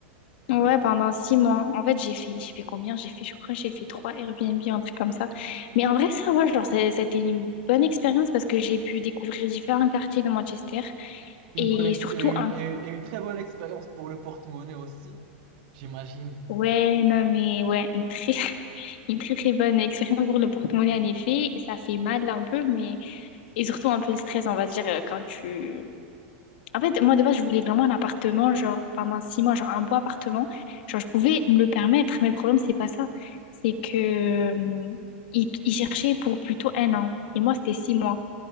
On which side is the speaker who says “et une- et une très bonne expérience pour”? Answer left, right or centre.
Right